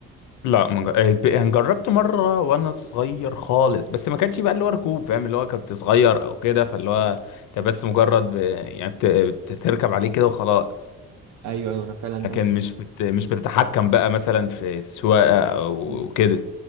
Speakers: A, on the left; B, on the right.
A: لا ما جر- آه، ب- يعني جربت مره وانا صغير خالص بس ما كانش بقى اللي هو ركوب فاهم اللي هو كنت صغير او كده فاللي هو انت بس مجرد ب... يعني بت... بتركب عليه كده وخلاص
B: ايوه ايوه انا فعلا
A: لكن
B: ده اللي-
A: مش بت... مش بتتحكم بقى مثلا في السواقه او
B: مم.
A: كده